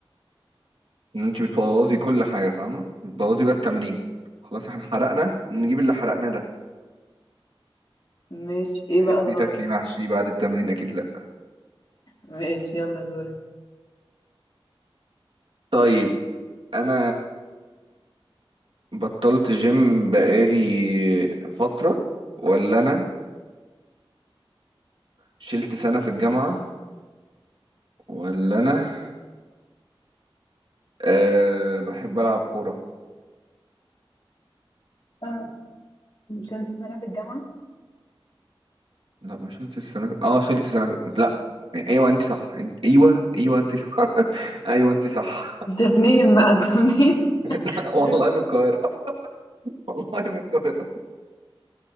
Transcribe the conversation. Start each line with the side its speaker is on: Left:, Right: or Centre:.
Right: ان انت بتبوظي كل حاجه فاهمه بتبوظي بقى التمرين خلاص احنا حرقنا نجيب اللي حرقناه ده
Left: ماشي ايه
Right: تحبي
Left: بقى الغلط
Right: تاكلي محشي بعد التمرين اكيد لا
Left: ماشي يلا دورك
Right: طيب انا بطلت جيم بقالي فتره ولا انا شلت سنه في الجامعه ولا انا أه بحب العب كوره
Left: آه، مش انت سنة في الجامعة
Right: لا ما شلت السنه في... اه شلت سنه في... لا ايوه انت صح انت... ايوه ايوه انت صح <laughs> ايوه انت صح
Left: انت منين بقى انت منين <laughs>
Right: <laughs> والله
Left: عارف
Right: من القاهره <laughs> والله من القاهره